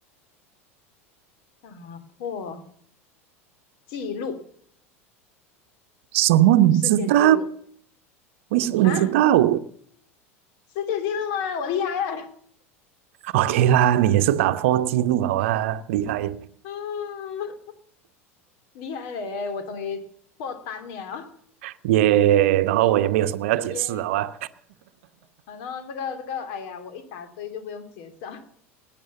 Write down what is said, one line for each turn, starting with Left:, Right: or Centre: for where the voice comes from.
Left: 打破纪录，
Right: 什么？你知道？
Left: 世界纪录
Right: 为什么你知道
Left: 啊，世界纪录吗？我厉害了，
Right: ？OK 啦，你也是打破记录好啊，厉害
Left: 嗯，厉害嘞！我终于破单了，
Right: 耶然后我也没有什么要解释好啊。
Left: <laughs> 耶、反正这个这个，哎呀，我一答对就不用解释了